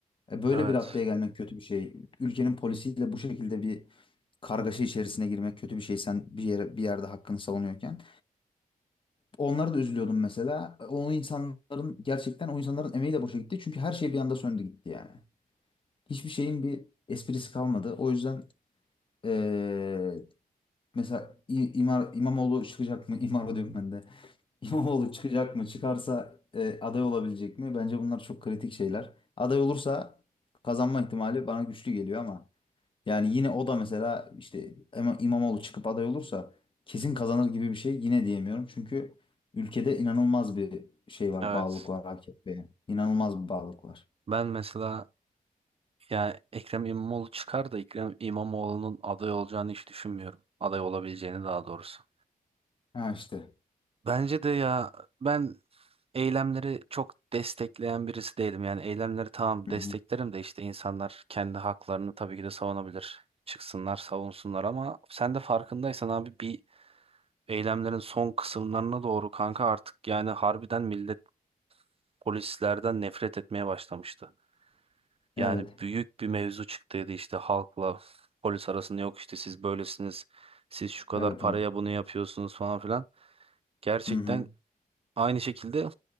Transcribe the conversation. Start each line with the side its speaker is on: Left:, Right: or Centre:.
Left: E böyle
Right: Evet.
Left: bir raddeye gelmek kötü bir şey. Ülkenin polisiyle bu şekilde bir kargaşa içerisine girmek kötü bir şey. Sen bir yere, bir yerde hakkını savunuyorken. Onlara da üzülüyordum mesela. E, O insanların gerçekten o insanların emeği de boşa gitti. Çünkü her şey bir anda söndü gitti yani. Hiçbir şeyin bir esprisi kalmadı. O yüzden e, mesela İ- İmar, İmamoğlu çıkacak mı? <laughs> İmar diyorum ben de. İmamoğlu çıkacak mı? Çıkarsa e, aday olabilecek mi? Bence bunlar çok kritik şeyler. Aday olursa kazanma ihtimali bana güçlü geliyor ama yani yine o da mesela işte İma- İmamoğlu çıkıp aday olursa kesin kazanır gibi bir şey yine diyemiyorum. Çünkü ülkede inanılmaz bir şey var,
Right: Evet.
Left: bağlılık var AKP'ye. İnanılmaz bir bağlılık var.
Right: Ben mesela yani Ekrem İmamoğlu çıkar da Ekrem İmamoğlu'nun aday olacağını hiç düşünmüyorum. Aday olabileceğini daha doğrusu.
Left: Ha işte.
Right: Bence de ya ben eylemleri çok destekleyen birisi değilim. Yani eylemleri tamam
Left: Hı
Right: desteklerim
Left: hı.
Right: de işte insanlar kendi haklarını tabii ki de savunabilir. Çıksınlar, savunsunlar ama sen de farkındaysan abi bir eylemlerin son kısımlarına doğru kanka artık yani harbiden millet polislerden nefret etmeye başlamıştı. Yani
Left: Evet.
Right: büyük bir mevzu çıktıydı işte halkla polis arasında yok işte siz böylesiniz, siz şu kadar
Left: Evet
Right: paraya
Left: abi.
Right: bunu yapıyorsunuz falan filan. Gerçekten
Left: Hı hı.
Right: Aynı şekilde